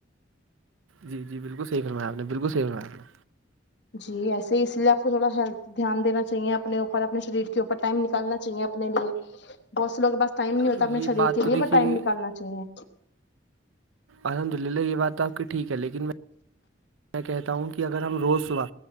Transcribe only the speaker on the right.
جی جی بالکل صحی فرمایا آپ نے بالکل صحی فرمایا آپ نے
نے ارے
یہ
بات
تو
دیکھیے
الحمد للہ یہ بات تو آپ کی ٹھیک ہے لیکن میں میں کہتا ہوں کہ اگر ہم روز صبح